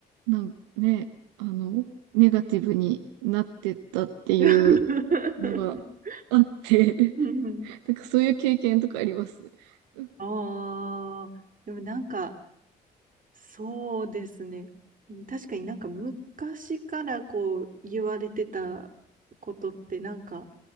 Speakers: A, on the right; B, on the right.
A: なんね、あの、ネガティブになってったっていう
B: <laughs>
A: のがあって、<laughs>
B: うん
A: なんかそういう経験とかあります。うん
B: ああー、でもなんか、そうですね。確かになんか昔からこう言われてたことってなんか